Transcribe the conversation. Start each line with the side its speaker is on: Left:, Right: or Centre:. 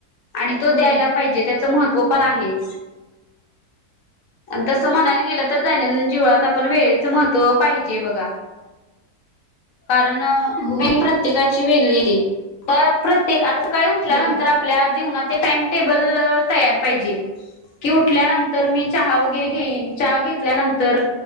Left: आणि तो
Right: होय
Left: द्यायला. पाहिजे त्याच महत्व पण आहेच आणि तस म्हाला गेल तर ध्या जीवळात आपण वेळेच महत्व पाहिजे बघा. कारण
Right: होय
Left: दीन प्रत्येकाची वेगळीय. तर प्रत्येक - आता सकाळी उठल्यानंतर
Right: होय
Left: आपल्या जीवनाचे टाईम टेबल तयार पाहिजे. की उठल्या नंतर मी चहा व गैरे घेईन. चहा घेतल्यानंतर तर